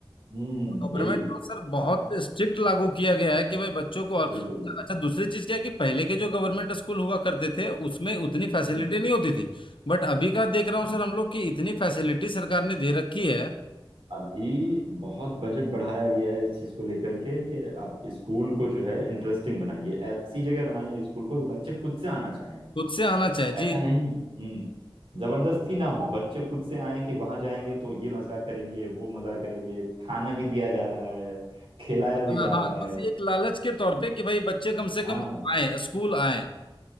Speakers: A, on the right (about 85°); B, on the left (about 70°).
A: हम्म
B: गवर्नमेंट
A: यही कि
B: तो सर बहुत
A: आप
B: स्ट्रिक्ट लागू किया गया है कि भाई बच्चों को और
A: बिल्कुल बिल्कुल
B: अच्छा दूसरी चीज क्या है कि पहले के जो गवर्नमेंट स्कूल हुआ करते थे उसमें उतनी फैसिलिटी
A: हम्म
B: नहीं होती थी बट अभी का देख रहा हूँ
A: हम्म।
B: सर हम लोग की इतनी फैसिलिटी सरकार ने दे रखी है
A: अभी बहुत बजट बढ़ाया गया है इस चीज को लेकर के कि आप स्कूल को जो है इंटरेस्टिंग बनाइए ऐसी जगह बनाइए स्कूल को कि बच्चे खुद से आना चाहें
B: खुद से आना चाहिए
A: ऐसा
B: जी
A: नहीं हम्म जबरदस्ती ना हो बच्चे खुद से आए कि वहां जाएंगे तो ये मजा करेंगे वो मजा करेंगे खाना भी दिया जा रहा है खिलाया भी
B: हाँ
A: जा
B: हाँ
A: रहा
B: बस
A: है
B: एक लालच के तौर पे कि भाई बच्चे कम से कम
A: हाँ
B: आए स्कूल आए